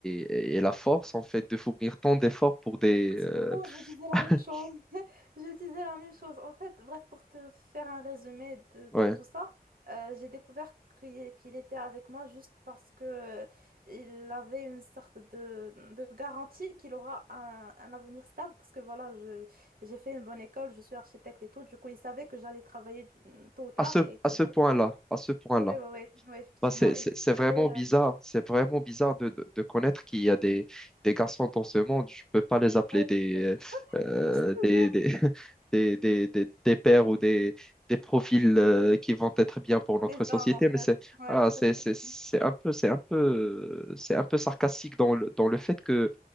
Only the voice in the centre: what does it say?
et, et la force, en fait, de fournir tant d'efforts pour des...
euh,
<laughs>
ouais,
à ce,
à ce
point-là, à ce point-là.
Bah, c'est
c'est-
c'est
vraiment
bizarre. C'est vraiment bizarre de, de, de connaître qu'il y a des, des garçons dans ce monde. Je peux pas les appeler
des,
euh,
des,
des, <laughs> des, des, des, des pères ou des, des profils
euh, qui vont être bien pour notre
société.
Mais c'est
ah,
c'est c'est- c'est un peu, c'est un peu, c'est un peu sarcastique dans le, dans le fait que